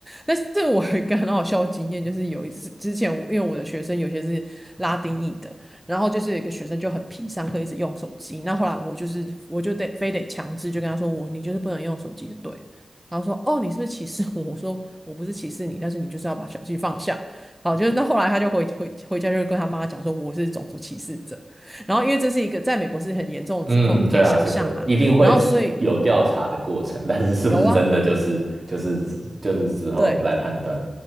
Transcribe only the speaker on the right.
嗯，
对啊，这个一定会自有调查的过程，
但是是不是真的就是就是就是之后来判断。